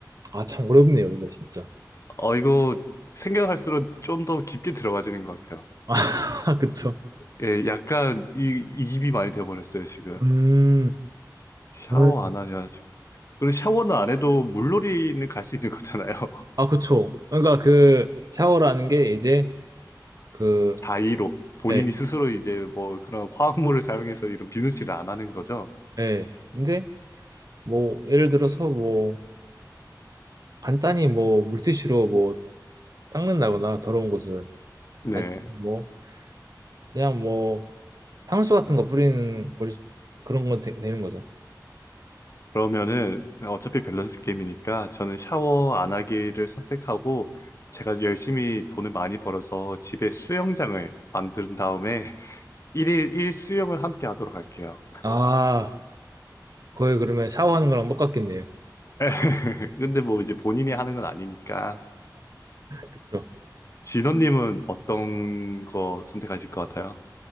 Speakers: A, on the right; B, on the left.
A: 아, 참 어렵네요, 이거 진짜.
B: 어, 이거 생각할수록 좀 더 깊게 들어가지는 것 같아요.
A: 아, <laughs> 그쵸.
B: 예, 약간 이, 이입이 많이 돼버렸어요, 지금.
A: 음,
B: 샤워
A: 저는,
B: 안 하냐, 지금. 그리고 샤워는 안 해도 물놀이는 갈 수 있는 거잖아요. <laughs>
A: 아, 그쵸. 그러니까 그 샤워라는 게 이제 그,
B: 자의로. 본인이
A: 예,
B: 스스로 이제 뭐 그런 화학물을 사용해서 이런 비누칠을 안 하는 거죠.
A: 예. 근데 뭐, 예를 들어서 뭐, 간단히 뭐, 물티슈로 뭐, 닦는다거나 더러운 곳을.
B: 네.
A: 아니, 뭐, 그냥 뭐, 향수 같은 거 뿌리는 걸, 그런 건 되, 는 거죠.
B: 그러면은 어차피 밸런스 게임이니까 저는 샤워 안 하기를 선택하고 제가 열심히 돈을 많이 벌어서 집에 수영장을 만든 다음에 <laughs> 일일일 수영을 함께 하도록 할게요.
A: 아, 거의 그러면 샤워하는 거랑 똑같겠네요.
B: <laughs> 근데 뭐 이제 본인이 하는 건 아니니까
A: 그쵸.
B: 진원님은 어떤 거 선택하실 것 같아요?